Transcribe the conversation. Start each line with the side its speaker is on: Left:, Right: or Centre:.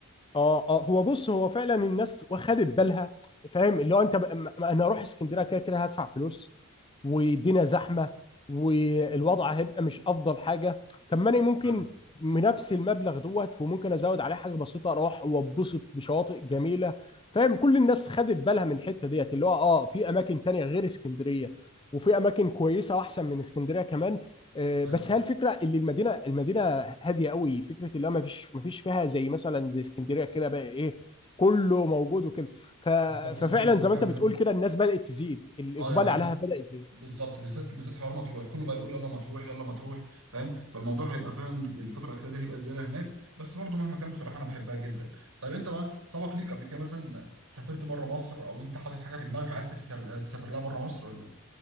Left: اه اه هو بص هو فعلا الناس واخدت بالها فاهم اللي هو انت بقى- ما- ما انا اروح اسكندريه كده كده هدفع فلوس والدنيا زحمه والوضع هيبقى مش افضل حاجه طب ما انا ممكن
Right: ايوه
Left: بنفس المبلغ دوت وممكن ازود عليه حاجه بسيطه اروح واتبسط بشواطئ جميله فاهم كل الناس خدت بالها من الحته ديت اللي هو اه في اماكن تانية غير اسكندريه وفي اماكن كويسه واحسن من اسكندريه كمان آه،
Right: ايوه
Left: بس هي الفكره اللي المدينه المدينه فيها هاديه قوي فكره اللي هو ما فيش ما فيش فيها زي مثلا زي اسكندريه كده بقى ايه كله موجود وكده ف...
Right: بالظبط الدنيا
Left: ففعلا
Right: بتبقى
Left: زي
Right: فعلا
Left: ما انت بتقول
Right: هاديه
Left: كده الناس بدات تزيد الاقبال
Right: اه يعني
Left: عليها بدا يزيد
Right: بالظبط بالذات بالذات حوار مطروح كله بقى يقول يلا مطروح يلا مطروح فاهم فالموضوع هيبقى فعلا الفتره الاخيره دي هيبقى زياده هناك بس برضو مهما كان بصراحه انا بحبها جدا طيب انت بقى سبق ليك قبل كده مثلا سافرت بره مصر او انت حاطط حاجه في دماغك عايز تفسر- تسافر لها بره مصر ولا